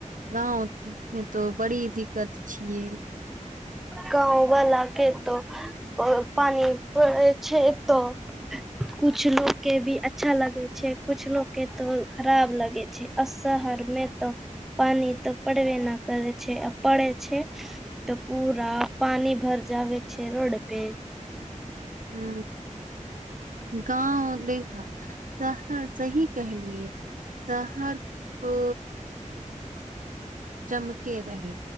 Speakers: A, on the right (about 80°); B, in the centre.
A: गाँवमे तो बड़ी दिक्कत छियै
B: गाँव वला के त पानि परै छै त
A: <inaudible>
B: कुछ लोग के भी अच्छा लगे छै कुछ लोग के तो खराब लगे छै अ शहर मे तऽ पानि तऽ पड़व न करै छै आ पड़े छै तऽ पूरा पानी भर जाबे छै रोड पे
A: हू गाँव मे ना त ह सही कहलियए शहर तो चमके रहे